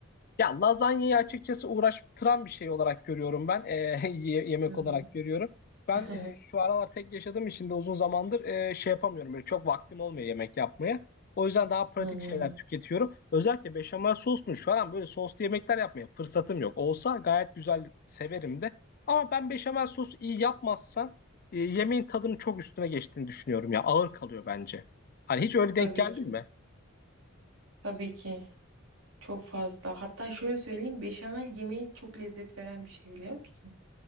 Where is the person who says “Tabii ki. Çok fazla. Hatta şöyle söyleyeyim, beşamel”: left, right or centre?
Right